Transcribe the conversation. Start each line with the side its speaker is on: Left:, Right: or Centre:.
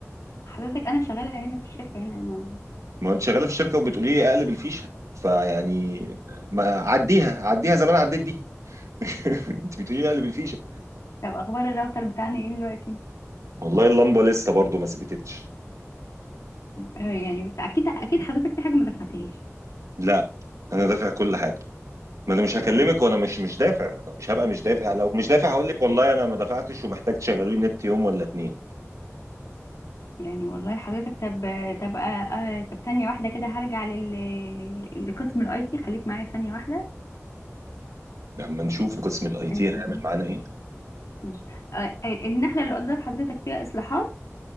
Left: حضرتك انا شغالة هنا في الشركة هنا انا
Right: ما انت شغاله في الشركه وبتقولي لي اقلب الفيشه فيعني ما عديها عديها زمان عديت دي <laughs> انت بتقولي لي اقلب الفيشه
Left: طب اخبار الراوتر بتاعنا ايه دلوقتي
Right: والله اللمبه لسه برضو ما ثبتتش
Left: آه، يعني بس اكيد اكيد حضرتك في حاجة ما دفعتهاش
Right: لا انا دافع كل حاجه ما انا مش هكلمك وانا مش مش دافع أنا مش هبقى مش دافع لو مش دافع هقول لك والله انا ما دفعتش ومحتاج تشغلوني النت يوم ولا اتنين
Left: يعني والله حضرتك طب طب آه آه طب ثانية واحدة كده هرجع لل لقسم الاي تي خليك معايا ثانية واحدة
Right: لما نشوف قسم الاي تي
Left: آه،
Right: هيعمل
Left: آه،
Right: معانا ايه
Left: ماشي آه، آه، النخلة اللي قدام حضرتك فيها اصلاحات